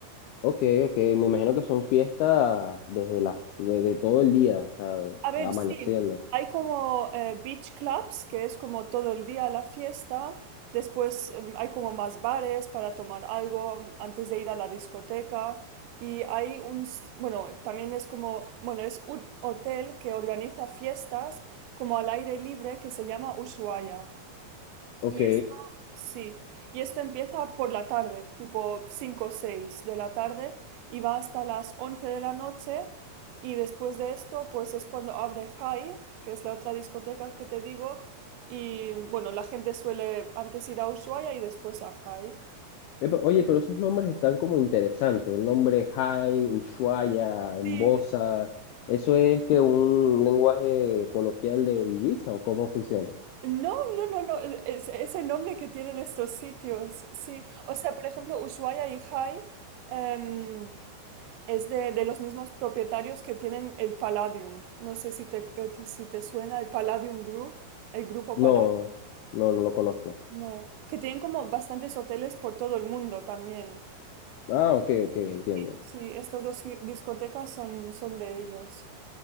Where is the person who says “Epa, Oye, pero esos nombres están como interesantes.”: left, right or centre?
Left